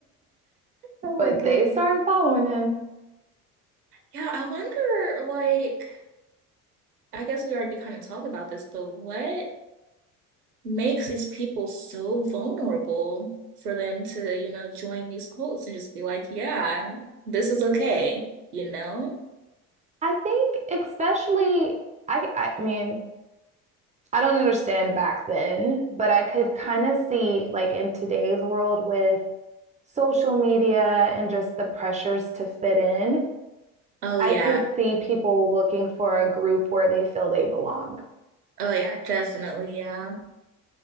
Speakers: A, on the right; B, on the right.
A: <laughs>
B: oh
A: but
B: my goodness.
A: they started following him.
B: Yeah, I wonder, like, I guess we already kind of talked about this, but what makes these people so vulnerable for them to, you know, join these cults and just be like, yeah, this is okay, you know?
A: I think especially I I mean, I don't understand back then, but I could kind of see like in today's world with social media and just the pressures to fit in,
B: Oh,
A: I
B: yeah.
A: could see people looking for a group where they feel they belong.
B: Oh yeah, definitely, yeah.